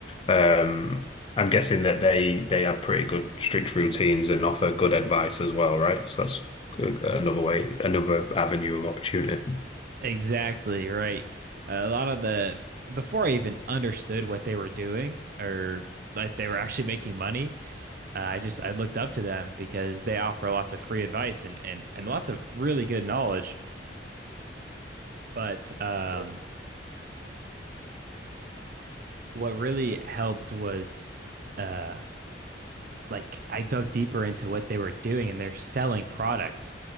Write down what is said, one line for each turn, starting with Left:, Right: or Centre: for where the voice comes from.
Left: um, I'm guessing that they they have pretty good strict routines and offer good advice as well, right? So that's a- another way, another avenue of opportunity.
Right: Exactly, right. Uh, a lot of the, before I even understood what they were doing or that they were actually making money, uh, I just, I looked up to them because they offer lots of free advice and, and, and lots of really good knowledge. But um, what really helped was, uh, like I dug deeper into what they were doing and they're selling products.